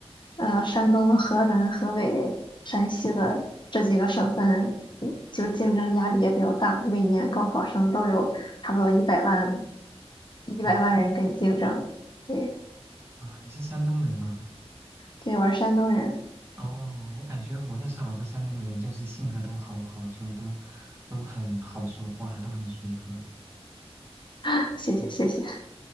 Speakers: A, on the left; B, on the right.
A: 呃，山东、河南、河北、山西的这几个省份，
B: 嗯
A: 嗯就竞争压力也比较大。每年高考生都有差不多一百万，一百万人跟你竞争。
B: 哦
A: 对，
B: 啊，你是山东人啊？
A: 对，我是山东人，
B: 哦，我感觉我认识好多山东人，就是性格都好好，就都都很好说话，都很随和。
A: <laughs> 谢谢谢谢。
B: 嗯，